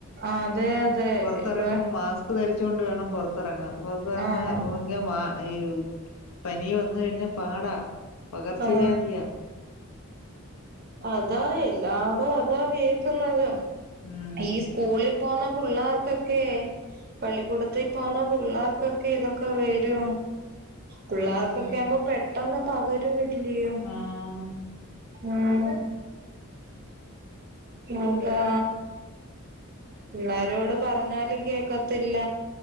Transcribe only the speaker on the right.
ആഹ് അതെ അതെ
ഇപ്പൊ
ആഹ്
ആഹ് അതാ എല്ലാടും അതാ കേൾക്കുന്നത്
ഈ സ്കൂളിൽ പോണ പിള്ളേർക്കൊക്കെ പള്ളിക്കൂടത്തി പോന്ന പിള്ളേർക്കൊക്കെ ക്കെ ഇതൊക്കെ വരു പിള്ളേർക്കൊക്കെ
ആവുമ്പോ പെട്ടെന്ന് പകരും ഇല്ലയോ
ഉം എന്താ പിള്ളാരോട് പറഞ്ഞാലും കേക്കത്തില്ല